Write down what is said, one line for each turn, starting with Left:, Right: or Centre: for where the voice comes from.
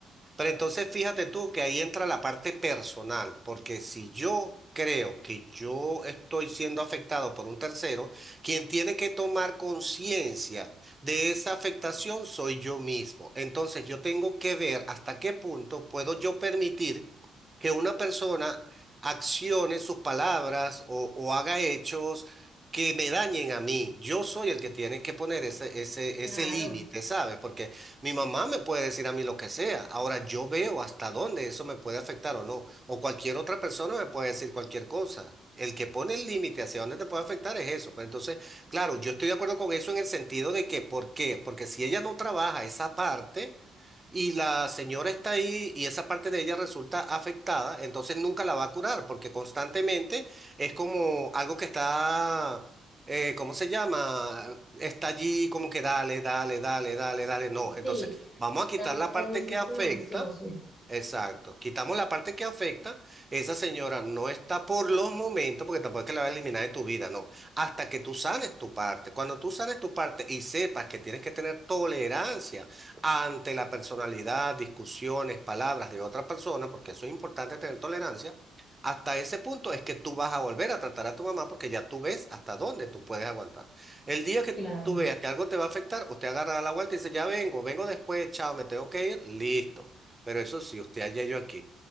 Right: Pero entonces fíjate tú que ahí entra la parte personal, porque si yo creo que yo estoy siendo afectado por un tercero, quien tiene que tomar conciencia de esa afectación soy yo mismo. Entonces yo tengo que ver hasta qué punto puedo yo permitir que una persona accione sus palabras o, o haga hechos que me dañen a mí. Yo soy el que tiene que poner ese, ese,
Left: Claro,
Right: ese límite, ¿sabes? Porque mi mamá me puede decir a mí lo que sea. Ahora yo veo hasta dónde eso me puede afectar o no. O cualquier otra persona me puede decir cualquier cosa. El que pone el límite hacia dónde te puede afectar es eso. Pero entonces, claro, yo estoy de acuerdo con eso en el sentido de que, ¿por qué? Porque si ella no trabaja esa parte, y la señora está ahí y esa parte de ella resulta afectada, entonces nunca la va a curar porque constantemente es como algo que está, eh, ¿cómo se llama? Está allí como que dale, dale, dale, dale, dale. No, entonces
Left: sí,
Right: vamos a quitar
Left: dando
Right: la parte
Left: en un círculo
Right: que afecta
Left: vicioso.
Right: Exacto. Quitamos la parte que afecta. Esa señora no está por los momentos, porque tampoco es que la va a eliminar de tu vida, no. Hasta que tú sanes tu parte. Cuando tú sanes tu parte y sepas que tienes que tener tolerancia ante la personalidad, discusiones, palabras de otra persona, porque eso es importante tener tolerancia, hasta ese punto es que tú vas a volver a tratar a tu mamá porque ya tú ves hasta dónde tú puedes aguantar. El día que
Left: Claro.
Right: tú veas que algo te va a afectar, usted agarra la vuelta y dice, ya vengo, vengo después, chao, me tengo que ir, listo. Pero eso sí, usted allá yo aquí.